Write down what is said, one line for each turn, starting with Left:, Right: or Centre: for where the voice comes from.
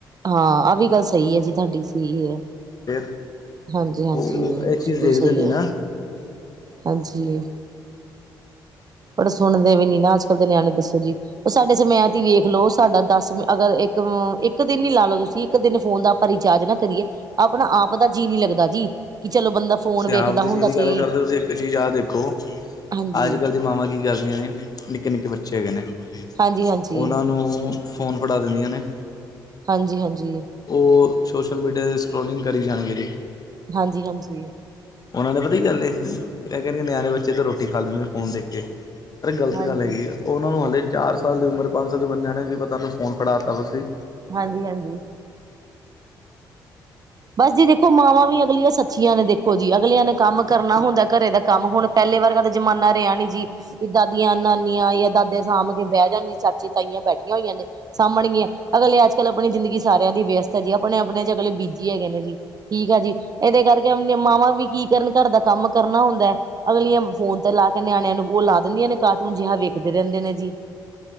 Right: ਹਾਂ। ਆਹ ਵੀ ਗੱਲ ਸਹੀ ਹੈ। ਜੀ ਤੁਹਾਡੀ ਸੀ ਹੈ।
Left: ਫਿਰ
Right: ਹਾਂਜੀ ਹਾਂਜੀ
Left: ਉਹ ਇਹ
Right: ਬਿਲਕੁਲ
Left: ਚੀਜ਼ ਦੇਖਦੇ
Right: ਸਹੀ
Left: ਨੀ ਨਾ
Right: ਹੈ ਹਾਂਜੀ। ਬੜ ਸੁਣਦੇ ਵੀ ਨੀ ਨਾ ਅੱਜ, ਕੱਲ੍ਹ ਦੇ ਨਿਆਣੇ ਦੱਸੋ ਜੀ ਉਹ ਸਾਡੇ ਸਮੈਤ ਵੇਖ ਲੋ ਸਾਡਾ ਦਸ ਅਗਰ ਅ ਇੱਕ ਦਿਨ ਨੀ ਲਾ ਲਓ ਤੁਸੀਂ ਇੱਕ ਦਿਨ ਫੋਨ ਦਾ ਆਪਾਂ ਰਿਚਾਰਜ ਨਾ ਕਰੀਏ ਆਪਣਾ ਆਪ ਦਾ ਜੀਅ ਨੀ ਲੱਗਦਾ। ਜੀ ਕਿ ਚਲੋ ਬੰਦਾ ਫੋਨ
Left: ਸ
Right: ਵੇਖਦਾ
Left: ਆਪ ਦੀ
Right: ਹੁੰਦਾ
Left: ਜੀ ਦੀ
Right: ਸੀ
Left: ਗੱਲ ਕਰਦੇ ਹੋ ਤੁਸੀ ਇੱਕ ਚੀਜ਼ ਆਹ ਦੇਖੋ।
Right: ਹਾਂਜੀ
Left: ਅੱਜ ਕੱਲ੍ਹ ਦੀ ਮਾਵਾ ਕਰਦੀਆਂ ਨੇ ਨਿੱਕੇ ਨਿੱਕੇ ਬੱਚੇ ਹੈਗੇ ਨੇ
Right: ਹਾਂਜੀ ਹਾਂਜੀ
Left: ਉਹਨਾਂ ਨੂੰ ਫੋਨ ਫੜਾ ਦਿੰਦੀਆਂ ਨੇ
Right: ਹਾਂਜੀ, ਹਾਂਜੀ।
Left: ਉਹ ਸੋਸ਼ਲ ਮੀਡੀਆ ' ਸਕਰੋਲਿੰਗ ਕਰੀ ਜਾਣਗੇ ਜੀ।
Right: ਹਾਂਜੀ, ਹਾਂਜੀ।
Left: ਉਹਨਾਂ ਨੇ ਪਤਾ ਗੱਲ ਇਹ ਕਹਿੰਦੇ ਨਿਆਣੇ ਬੱਚੇ ਤੇ ਰੋਟੀ ਖਾ ਲਿੰਦੇ ਫੋਨ ਦੇ ਕੇ ਅ ਗਲਤ
Right: ਹਾਂਜੀ
Left: ਗੱਲ ਹੈਗੀ। ਉਹਨਾਂ ਨੂੰ ਹਾਲੇ ਚਾਰ ਸਾਲ ਦੀ ਉਮਰ ਪੰਜ ਸਾਲ ਦੀ ਉਮਰ ਨਿਆਣੇਿਆਂ ਵੀ ਪਤਾ ਤੁਹਾਨੂੰ ਫੋਨ ਫੜਾ ਤਾ ਤੁਸੀ
Right: ਹਾਂਜੀ, ਹਾਂਜੀ। ਬਸ ਜੀ ਦੇਖੋ ਮਾਵਾਂ ਵੀ ਅਗਲੀਆਂ ਸੱਚੀਆਂ ਨੇ ਦੇਖੋ ਜੀ ਅਗਲੀਆਂ ਨੇ ਕੰਮ ਕਰਨਾ ਹੁੰਦਾ ਘਰੇ ਦਾ ਕੰਮ ਹੁਣ ਪਹਿਲੇ ਵਰਗਾ ਤਾਂ ਜ਼ਮਾਨਾ ਰਿਹਾ ਨਹੀਂੀ ਜੀ। ਕਿ ਦਾਦੀਆਂ ਨਾਨੀਆਂ ਯ ਦਾਦੇ ਸਾਂਭ ਕੇ ਬਹਿ ਜਾਂਦੀ ਚਾਚੀ ਤਾਈਆਂ ਬੈਠੀਆਂ ਹੋਈਆਂ ਨੇ ਸਾਹਭਣ ਗੀਆਂ। ਅਗਲੇ ਅੱਜ ਕੱਲ੍ਹ ਆਪਣੀ ਜ਼ਿੰਦਗੀ ਸਾਰਿਆਂ ਦੀ ਵਿਅਸਤ ਹੈ ਜੀ ਆਪਣੇ ਆਪਣੇ ਚ ਅਗਲੇ ਬੀਜੀ ਹੈਗੇ ਨੇ ਜੀ। ਠੀਕ ਆ ਜੀ ਇਹਦੇ ਕਰਕੇ ਮਾਵਾਂ ਵੀ ਕੀ ਕਰਨ ਘਰ ਦਾ ਕੰਮ ਕਰਨਾ ਹੁੰਦਾ ਹੈ। ਅਗਲੀਆਂ ਫੋਨ ਤੇ ਲਾ ਕੇ ਨਿਆਣਿਆਂ ਨੂੰ ਉਹ ਲਾ ਦਿੰਦੀਆਂ ਨੇ ਕਾਰਟੂਨ ਜਿਹਾ ਵੇਖਦੇ ਰਹਿੰਦੇ ਨੇ ਜੀ।